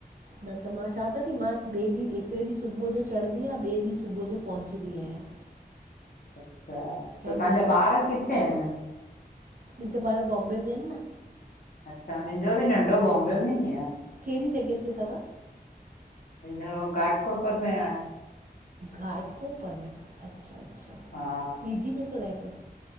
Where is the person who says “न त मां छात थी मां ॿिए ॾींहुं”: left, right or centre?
Right